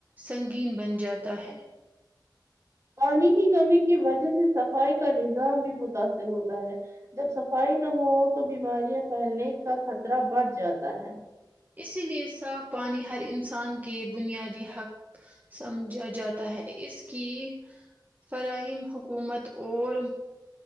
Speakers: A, on the right (about 25°); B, on the right (about 40°).
A: سنگین بن جاتا ہے
B: پانی کی کمی کی وجہ سے صفائی کا نظام بھی متاثر ہوتا ہے جب صفائی نہ ہو تو بیماریاں پھیلنے کا خطرہ بڑھ جاتا ہے
A: اسی لیے صاف پانی ہر انسان کے بنیادی حق سمجھا جاتا ہے اس کی فراہیم حکومت اور